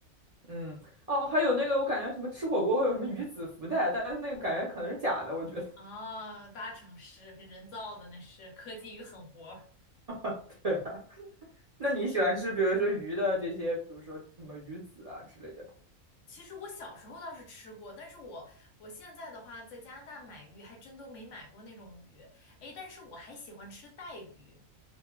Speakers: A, on the right; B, on the left.
A: 嗯，哦，还有那个我感觉什么吃火锅会有什么鱼籽福袋，但是那个感觉可能是假的，我觉得。
B: 啊，八成是人造的，那是科技鱼狠活儿
A: <laughs> 对啊，那你喜欢吃比如说鱼的这些，
B: 确实。
A: 比如说什么鱼籽啊之类的？
B: 其实我小时候倒是吃过，但是我我现在的话在加拿大买鱼还真都没买过那种鱼，诶，但是我还喜欢吃带鱼。